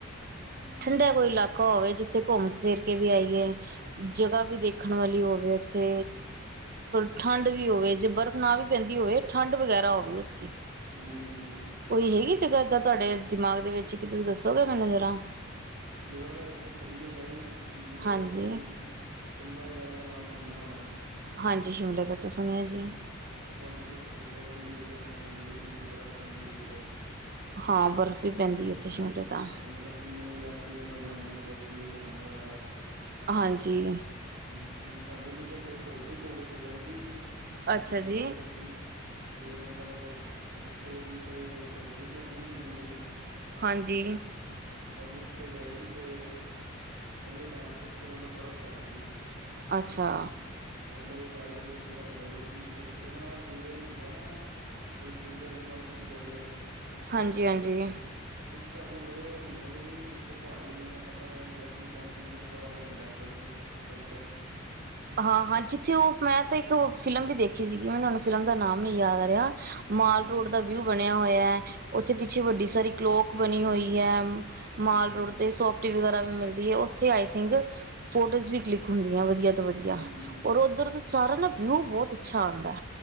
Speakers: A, on the right; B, on the right.
A: ਹੂੰ ਹੂੰ
B: ਠੰਡਾ ਕੋਈ ਇਲਾਕਾ ਹੋਵੇ ਜਿੱਥੇ ਘੁੰਮ ਵੇਖ ਕੇ ਵੀ ਆਈਏ ਜਗ੍ਹਾ ਵੀ ਦੇਖਨ ਵਾਲੀ ਹੋਵੇ। ਤੇ ਠੰਡ ਵੀ ਹੋਵੇ ਜੇ ਬਰਫ਼ ਨਾ ਵੀ ਪੈਂਦੀ ਹੋਵੇ ਠੰਡ ਵਗੈਰਾ ਹੋਵੇ। ਥੇ।
A: ਹਂਜੀ, ਹਂਜੀ।
B: ਕੋਈ ਹੈਗੀ ਜਗਾ ਏਦਾਂ ਤੁੱਡੇ ਦਿਮਾਗ ਦੇ ਵਿੱਚ ਕੀ ਤੁਸੀਂ ਦੱਸੋਗੇ ਸਾਨੂੰ ਜ਼ਰਾ।
A: ਜਗ੍ਹਾ ਤਾਂ ਵੇਖੋ ਬੜੀਆ ਨੇ ਜਿਵੇਂ
B: ਹਾਂਜੀ
A: ਤੁਸੀਂ ਸ਼ਿਮਲਾ ਵਗੈਰਾ ਦਾ ਨਾਮ ਸੁਨਿਆ ਹੋਨਾ।
B: ਹਂਜੀ ਸ਼ਿਮਲੇ ਦਾ ਤਾਂ ਸੁਨਿਆ ਜੀ।
A: ਓ ਤੁਨੂੰ ਤੁਸੀਂ ਫੋਟੋਆਂ ਬੜੀ ਵੇਖੀਆਂ ਫੋਨ ਚ ਵੀ ਕਿੰਨੀ ਬਰਫ਼ ਪੈਂਦੀ ਉੱਥੇ।
B: ਹਾਂ ਬਰਫ਼ ਵੀ
A: ਹੂੰ
B: ਪੈਂਦੀ ਉੱਥੇ ਸ਼ਿਮਲੇ ਤਾਂ।
A: ਤੇ ਮਤਲਬ ਕਿੰਨੇ ਯਾਤਰੀਆਂ ਨਾਲ ਜਾਂਦੇ ਨੇ ਲੋਕੀ ਵੀ ਘੁੰਮਣ ਵਗੈਰਾ।
B: ਹਂਜੀ।
A: ਹੂੰ ਹੁਨਸਾਡੀ ਪਿੱਛੇ ਟ੍ਰਿਪ ਹੋਈ ਸੀ ਕੋਲੇਜ ਸਟੂਡੈਂਟ ਦੀ
B: ਅੱਛਾ
A: ਵੀ ਕੋਲੇਜ
B: ਜੀ
A: ਟ੍ਰਿਪ ਸੀ। ਤੇ ਮਤਲਬ ਉੱਥੇ ਅਸੀਂ ਫੇਰ ਸਾਡੀ ਟਰਿਪ ਲੱਗੀ ਸ਼ਿਮਲੇ ਦੀ।
B: ਹਂਜੀ।
A: ਬਸ ਉੱਥੇ ਗਏ ਸੀ ਤੇ ਐਈਔ ਟੈਮ ਸੀ ਇੱਥੇ ਮਤਲਬ ਬਰਫ਼ ਪੈਗੀ ਸੀ। <inaudible>
B: ਅੱਛਾ।
A: ਤੇ ਮਤਲਬ ਸਾਰੇ ਦੋਸਤ ਵਗੈਰਾ ਗੈ ਹੋਏਸੀ। ਤੇ ਉੱਥੇ ਨਾ ਜਿਵੇਂ ਹੁੰਦਾ ਨਾ ਬਈ ਸ਼ਿਮਲੇ ਅਗਰ ਮੰਨ ਤੁਸੀਂ ਗਏਔ।
B: ਹਾਂਜੀ ਹਾਂਜੀ
A: ਉੱਥੇ ਤੁਹਾਨੂੰ ਬੜੇ ਔ ਮਿਲਨਗੇ ਬਈ ਜਿੱਥੇ ਪਹਾੜੀ ਹੁੰਦੇ ਨਾ ਤੁੱਨੂੰ ਪਤਾ ਹੋਨਾ ਡਰੈਸਿੰਗਸੈਂਸ ਈ ਮਤਲਬ ਥੋੜਾ ਅਲੱਗ ਹੁੰਦੈ ਡਰੈਸਿੰਗ ਕਲਚੱਰ।
B: ਹਾਂ ਹਾਂ ਜਿੱਥੇ ਔ ਮੈਂ ਤਾਂ ਇੱਕ ਫਿਲਮ ਵੀ ਦੇਖੀ ਸੀਗੀ। ਮੈਂਨੂੰ ਹੁਨ ਫਿਲਮ ਦਾ ਨਾਮ ਨੀ ਯਾਦ ਆ ਰਿਆ। ਮਾਲ
A: ਹਾਂਜੀ
B: ਰੋਡ ਦਾ ਵਿਊ ਬਨਿਆ ਹੋਇਐ। ਉੱਥੇ ਪਿੱਛੇ
A: ਹਮ
B: ਵੱਡੀ
A: ਹਮ
B: ਸਾਰੀ ਕਲੋਕ ਬਨੀ ਹੋਈ ਐ।
A: ਹਾਂਜੀ
B: ਮਾਲ
A: ਹਾਂਜੀ
B: ਰੋਡ ਤੇ ਸੋ ਟੀ ਵਗੈਰਾ ਵੀ ਮਿਲਦੀ ਐ। ਉਥੇ ਆਈ ਥਿੰਕ ਫੋਟੋਜ਼ ਵੀ ਕਲਿਕ ਹੁੰਦੀਆਂ ਵਧੀਆ ਤੋਂ ਵਧੀਆ। ਧੀਆ
A: ਹੂੰ, ਹੂੰ, ਹੂੰ,
B: ਔਰ ਓਧਰ ਦਾ ਸਾਰਾ ਨਾ ਵਿਊ ਬੋਤ ਅੱਛਾ ਆਂਦੈ।